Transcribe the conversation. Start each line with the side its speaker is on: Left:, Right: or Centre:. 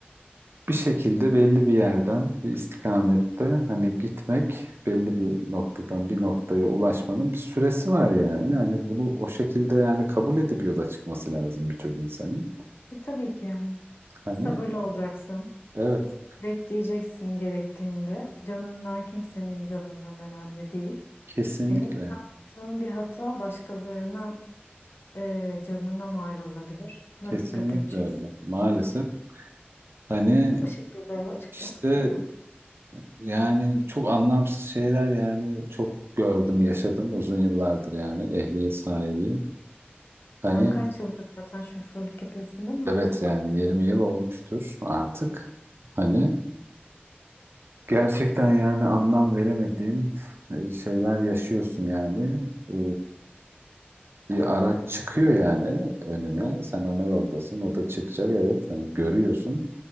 Right: Bir şekilde belli bir yerden, bir istikamette hani gitmek, belli bir noktadan bir noktaya ulaşmanın bir süresi var yani. Yani bunu o şekilde yani kabul edip yola çıkması lazım birçok insanın.
Left: E, tabii ki yani.
Right: Hani
Left: Sabırlı olacaksın.
Right: evet,
Left: Bekleyeceksin gerektiğinde. Canından kimsenin canından önemli değil.
Right: kesinlikle,
Left: Senin yaptığın bir hata başkalarının e, canına mal olabilir. Buna
Right: kesinlikle
Left: dikkat edeceksin.
Right: öyle. Maalesef hani
Left: Bu şekilde yola çıkacaksın
Right: işte
Left: yani.
Right: yani çok anlamsız şeyler yani çok gördüm, yaşadım uzun yıllardır yani ehliyet sahibiyim. Hani
Left: Sen kaç yıldır zaten şoförlük yapıyorsun değil mi?
Right: evet yani 20 yıl olmuştur artık. Hani Gerçekten yani anlam veremediğim e, şeyler yaşıyorsun yani. Ee, bir araç çıkıyor yani önüne. Sen ana yoldasın, o da çıkacak evet. Hani görüyorsun.